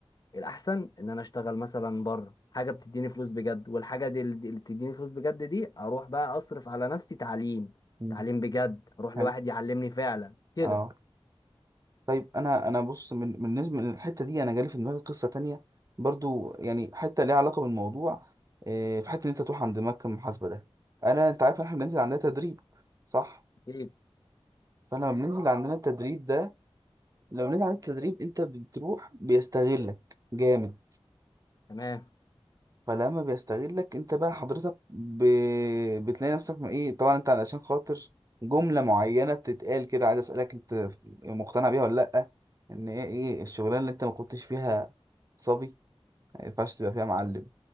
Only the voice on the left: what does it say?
الاحسن ان انا اشتغل مثلا بره حاجه بتديني فلوس بجد والحاجه دي اللي اللي بتديني فلوس بجد دي اروح بقى اصرف على نفسي تعليم
تعليم بجد اروح
لواحد يعلمني فعلا كده
اكيد
تمام